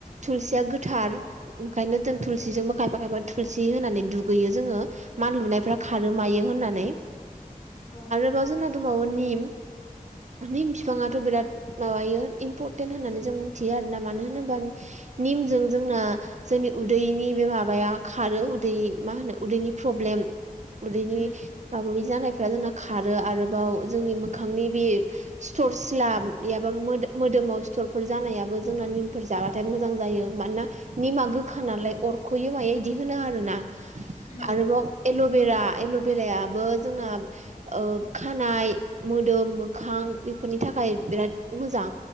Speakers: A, on the right; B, on the left.
A: थुलसिया गोथार ओंखायनो जों थुलसिजों खायफा खायफा थुल सि होनानै दुगैयो जोङो मान लुनायफ्रा
B: उम
A: खारो मायो होननानै
B: औ
A: आरो जोंना दंबावो निम निम बिफाङाथ' बिराद माबायो इम्परटेन्ट होननानै जों मिथियो आरोना मानो होनोबा निमजों जोंना जोंनि उदैनि बे माबाया खारो उदै मा होनो उदैनि प्र ब्लेम उदैनि
B: उम
A: माबा माबि जानायफ्रा जोंना खारो आरोबाव जोंनि मोखांनि बे सिथर सिला एयाबा मो मोदोमाव सिथर जानायो जोंना निमफोर जाबाथाय मोजां जायो मानोना निमा गोखा नालाय अरख'यो मायो होनो आरोना
B: उम
A: आरोबाव एल'बेरा एल'भेरायाबो जोंना ओ खानाय मोदोम मोखां बेफोरनि थाखाय बिराद मोजां।